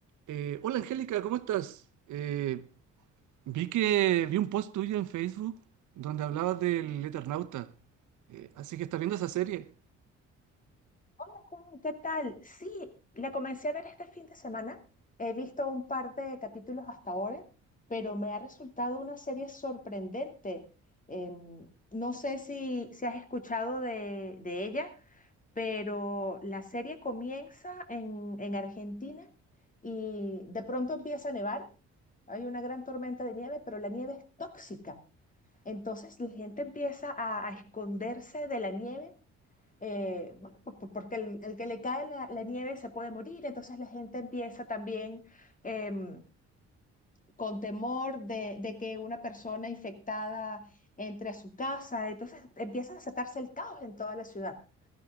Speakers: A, on the right (about 75°); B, on the left (about 25°).
A: Eh, hola Angélica, ¿cómo estás? Eh, vi que vi un post tuyo en Facebook donde hablabas del Eternauta. Eh, así que estás viendo esa serie.
B: Hola Juan, ¿qué tal? Sí, la comencé a ver este fin de semana. He visto un par de capítulos hasta ahora, pero me ha resultado una serie sorprendente. Em, no sé si, si has escuchado de, de ella, pero la serie comienza en, en Argentina y de pronto empieza a nevar. Hay una gran tormenta de nieve, pero la nieve es tóxica. Entonces la gente empieza a, a esconderse de la nieve eh, bueno, po- po- porque el, el que le cae la, la nieve se puede morir, entonces la gente empieza también em, con temor de, de que una persona infectada entre a su casa, entonces empieza a desatarse el caos en toda la ciudad.